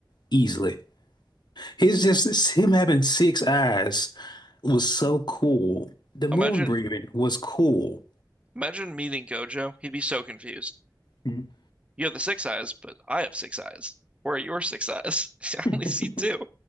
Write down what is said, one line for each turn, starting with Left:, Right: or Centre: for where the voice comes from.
Left: easily. He's just it's him having six eyes was so cool. The moon
Right: Imagine,
Left: breathing was cool.
Right: imagine meeting Gojo. He'd be so confused.
Left: Mhm.
Right: You have the six eyes, but I have six eyes. Where are your six eyes? <laughs> I
Left: <laughs>
Right: only see two.